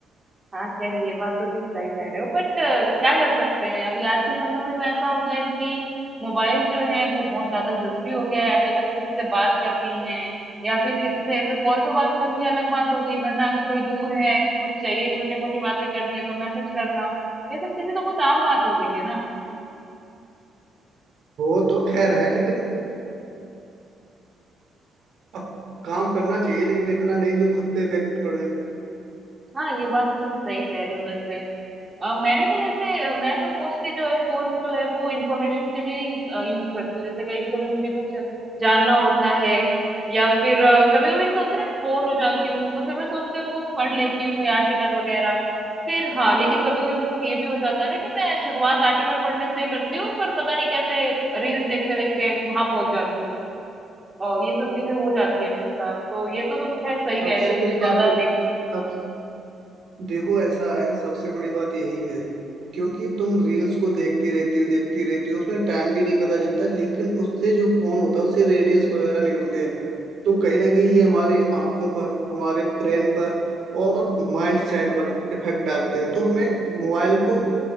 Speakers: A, on the right; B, on the right.
A: हाँ खैर ये बात तो तुम सही कह रहे हो बट क्या कर सकते हैं अभी आज के समय में तो ऐसा हो गया है कि मोबाइल जो है वो बहुत ज्यादा जरूरी हो गया है अभी अगर किसी से बात करनी है या फिर किसी से अगर कॉल पे बात करनी है अलग बात हो गई वरना अगर कोई दूर है कुछ चाहिए छोटी मोटी बातें करनी है तो मैसेज करना ये सब चीजें तो बहुत आम बात हो गई है ना
B: हो तो खैर है लेकिन अब काम करना चाहिए लेकिन इतना नहीं जो खुद पे इफेक्ट पड़े
A: हाँ ये बात तो तुम सही कह रहे हो वैसे अ, मैंने तो वैसे अ, मैं तो मोस्टली जो है फोन जो है वो इंफॉर्मेशन के लिए यूज करती हूँ जैसे कभी भी कभी मुझे कुछ जानना होता है या फिर कभी कभी ऐसा होता है ना बोर हो जाती हूँ तो फिर मैं सोचती हूँ कुछ पढ़ लेती हूँ कोई आर्टिकल वगैरह फिर हाँ लेकिन कभी कभी मेरे साथ ये भी हो जाता है ना कि मैं शुरुआत आर्टिकल पढ़ने से करती हूँ पर पता नहीं कैसे रील्स देखते देखते वहां पहुंच जाती हूँ और ये सब चीजें हो जाती है मेरे साथ तो ये तो तुम खैर सही कह
B: सबसे
A: रहे हो
B: बड़ी
A: कि ज्यादा
B: बात तो
A: देखने
B: सब देखो ऐसा है सबसे बड़ी बात यही है क्योंकि तुम रील्स को देखती रहती हो देखती रहती हो उसमें टाइम भी नहीं पता चलता लेकिन उससे जो फोन होता है उससे रेडियस वगैरह निकलते हैं तो कहीं ना कहीं ये हमारी आंखों पर हमारे ब्रेन पर और माइंड सेट पर इफेक्ट डालते हैं तो हमें मोबाइल को